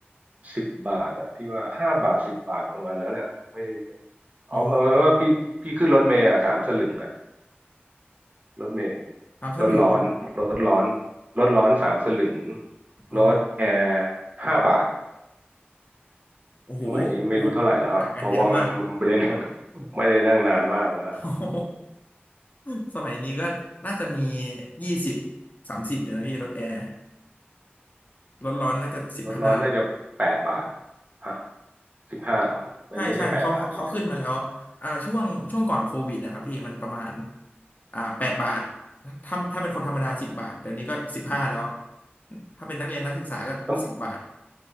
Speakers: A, on the right; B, on the left.
A: สิบบาทอ่ะพี่ว่าห้าบาทสิบบาทประมาณนั้นแหละไม่ไม่เอาเอาเป็นว่าพี่พี่ขึ้นรถเมล์อะสามสลึงอ่ะ
B: อ๋อ
A: รถเมล์
B: ชามสลึง
A: รถร้อนรถร้อนรถร้อนสามสลึง
B: อ๋อ
A: รถแอร์ห้าบาท
B: โอ้โหโอ้โห
A: สมัยนี้ไม่รู้เท่าไหร่แล้วเพราะว่ามันมันไม่ได้นั่ง
B: ต่างกันเยอะมาก
A: <laughs> ไม่ได้นั่งนานมากแล้ว
B: <laughs> โอ้โห สมัยนี้ก็น่าจะมียี่สิบสามสิบอยู่นะพี่รถแอร์รถร้อนน่าจะสิบห้า
A: รถร้อนน่าจะแปดบาทฮะสิบห้าเหรอไม่ไม่ใช่แปดบาทใช่ไหม
B: ใช่ใช่เขาเขาเขาขึ้นมาแล้วอ่าช่วงช่วงก่อนโควิดอะครับพี่มันประมาณอ่าแปดบาทถ้าถ้าเป็นคนธรรมดาสิบบาทเดี๋ยวนี้ก็สิบห้าแล้วถ้าเป็นนักเรียนนักศึกษาก็สิบบาท
A: ส